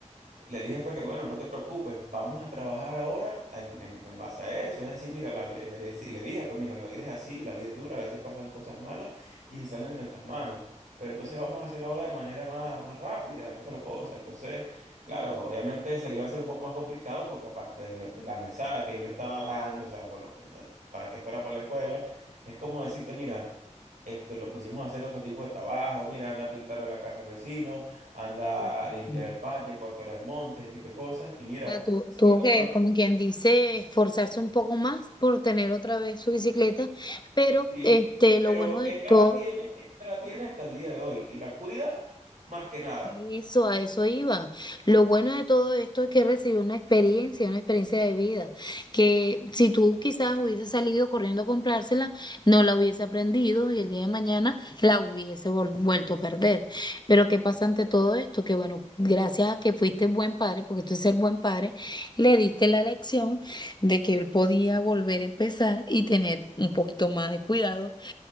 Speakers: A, on the right; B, on the left.
A: le dije fue que, bueno, no te preocupes, vamos a trabajar ahora en, en- en base a eso. Es decir, mira, la le decí- le dije, pues mira, la vida es así, la vida es dura, a veces pasan cosas malas y se salen de nuestras manos. Pero entonces vamos a hacerlo ahora de manera más, más rápida, es otra cosa. Entonces, claro, obviamente se le iba a hacer un poco más complicado porque aparte de, lo- de la mesada que yo le estaba dando, o sea, lo, lo que- lo- para que fuera para la escuela, es como decirte, mira, este, lo pusimos a hacer otro tipo de trabajo, mira, anda a pintar a la casa al vecino anda
B: Ujú.
A: a limpiar el patio, cortarle el monte, ese tipo de cosas. Y mira,
B: O sea, tu-
A: se
B: tuvo
A: la compró.
B: que, como quien dice, esforzarse un poco más por tener otra vez su bicicleta, pero
A: Sí,
B: este, lo
A: pero
B: bueno de
A: esta
B: todo
A: la tiene, esta la tiene hasta el día de hoy y la cuida más que nada.
B: Eso, a eso iba. Lo bueno de todo esto es que recibió una experiencia, una experiencia de vida, que si tú quizás hubiese salido corriendo a comprársela, no la hubiese aprendido y el día de mañana la hubiese vol- vuelto a perder. Pero ¿qué pasa ante todo esto? Que bueno, gracias a que fuiste buen padre, porque tú eres ser buen padre, le diste la lección de que él podía volver a empezar y tener un poquito más de cuidado